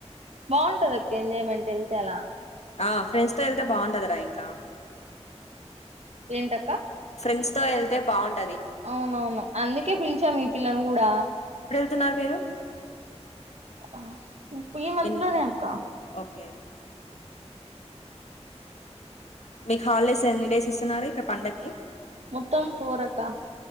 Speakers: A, on the right; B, on the left.
A: బాగుంటుది అక్క ఎంజాయమెంట్ వెళ్తే అలా
B: ఆ ఫ్రెండ్స్ తో వెళ్తే బాగుండదరా ఇంకా
A: ఏంటక్క
B: ఫ్రెండ్స్ తో వెళ్తే బావుంటా
A: అవునవును అందుకే పిలిచాము మీ పిల్లని కూడా
B: తున్నారు మీరు
A: ఆహ్ హ్మ్ మంత్
B: ఎన్
A: లోనే అక్క
B: ఓకే మీకు హాలిడేస్ ఎన్ని డేస్ ఇస్తున్నారూ, ఇక పండక్కి
A: మొత్తం ఫోర్ అక్క